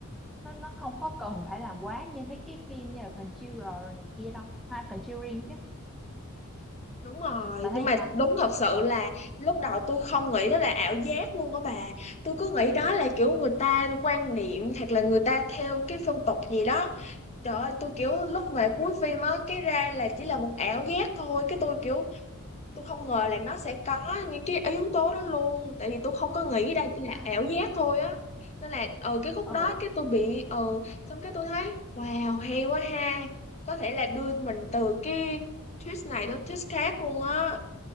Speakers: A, in the centre; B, on the left.
A: nó nó không có cần phải làm quá như mấy cái phim như là Conjurer rồi này kia đâu ha Conjuring chứ
B: đúng rồi
A: bà thấy
B: nhưng mà
A: sao
B: đúng thật sự
A: ừ ừ
B: là lúc đầu tôi không nghĩ đó là ảo giác luôn á bà tôi cứ nghĩ đó là kiểu người ta quan niệm hoặc là người ta theo cái phong tục gì đó trời ơi tôi kiểu lúc mà cuối phim á cái ra là chỉ là một ảo giác thôi cái tôi kiểu tôi không ngờ là nó sẽ có những cái yếu tố đó luôn tại vì tôi không có nghĩ đây chỉ
A: <laughs>
B: là ảo giác thôi á nên là ừ cái khúc
A: ừ
B: đó cái tôi bị ừ xong cái tôi thấy wow hay quá ha có thể là đưa mình từ cái twist này đến twist khác luôn á